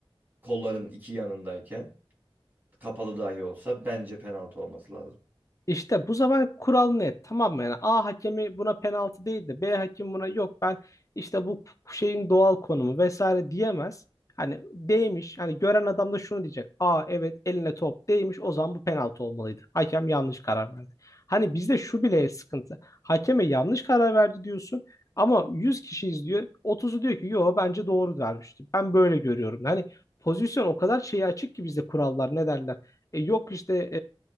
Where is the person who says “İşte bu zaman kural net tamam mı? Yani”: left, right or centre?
Left